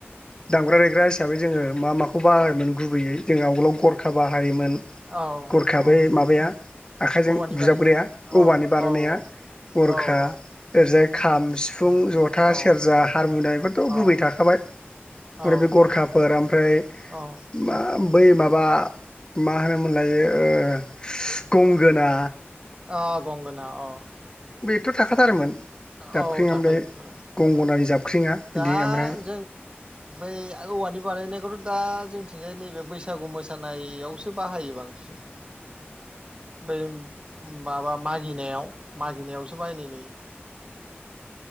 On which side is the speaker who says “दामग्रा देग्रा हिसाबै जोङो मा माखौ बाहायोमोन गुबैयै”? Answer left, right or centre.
Left